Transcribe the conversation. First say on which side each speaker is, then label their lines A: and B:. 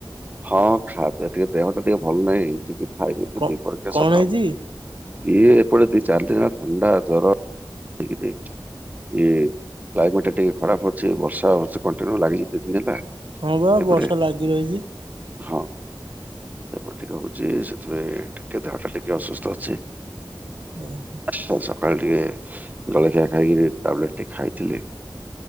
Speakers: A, on the right (about 20°); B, on the right (about 80°).
A: ହଁଁ ଖାଇଆ ପିଇବା ଟିକେ ଦେହ ଟା ଟିକେ ଭଲ ନାହିଁ ଯିବି। ଖାଇକି <unintelligible>
B: କ କଣ
A: ସକାଳ
B: ହେଇଛି
A: ଇଏ ଏପଟେ ଦି ଚାରିଦିନ ହେଲା ଥଣ୍ଡା ଜର <unintelligible> ଇଏ କ୍ଲାଇମେଟ୍ ଟା ଟିକେ ଖରାପ ଅଛି, ବର୍ଷା ହଉଛି କନ୍ଟିନ୍ୟୁ ଲାଗିକି କିଛି ଦିନ ହେଲା।
B: ହଁ ବା
A: ଏପଟେ
B: ବର୍ଷା ଲାଗି ରହିଛି।
A: ହଁ। ତାପରେ ଟିକେ ହଉଚି ସେଥିପାଇଁ ଟିକେ ଦେହଟା ଟିକେ ଅସୁସ୍ଥ ଅଛି।
B: ହୁଁ-ହୁଁ।
A: ସକାଳେ ଟିକେ ଜଳୀଖିଆ ଖାଇକିରି ଟ୍ୟାବଲେଟ୍ ଟେ ଖାଇଥିଲି।